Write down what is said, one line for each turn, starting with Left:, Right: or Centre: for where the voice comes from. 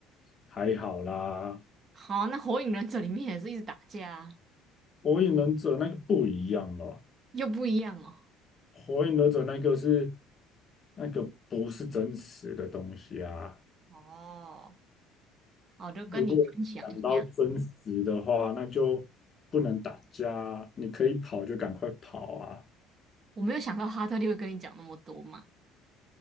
Left: 还好啦。
Right: 好，那火影忍者里面也是一直打架啊，
Left: 火影忍者那个不一样哦。
Right: 又不一样哦。
Left: 火影忍者那个是那个不是真实的东西啊。
Right: 哦，我就跟你分享一下，
Left: 如果讲到真实的话，那就不能打架啊你可以跑就赶快跑啊！
Right: 我没有想到哈特利会跟你讲那么多嘛，